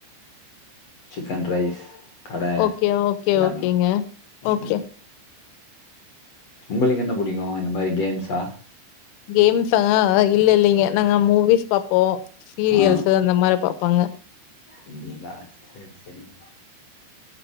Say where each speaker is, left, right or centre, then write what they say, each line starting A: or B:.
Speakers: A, on the left; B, on the left.
A: சிக்கன் ரைஸ் கட
B: ஓகே ஓகே
A: எல்லாமே
B: ஓகேங்க
A: ம்
B: ஓகே
A: உங்களுக்கு என்ன புடிக்கு இந்த மாரி கேம்ஸ் லா
B: கேம்ஸா இல்ல இல்லிங்க நாங்க மூவிஸ் பாப்போ. சீரியல்ஸு
A: ஆ
B: அந்த மார பாப் போங்க.
A: அப்டிங்களா சேரி செரிங்க.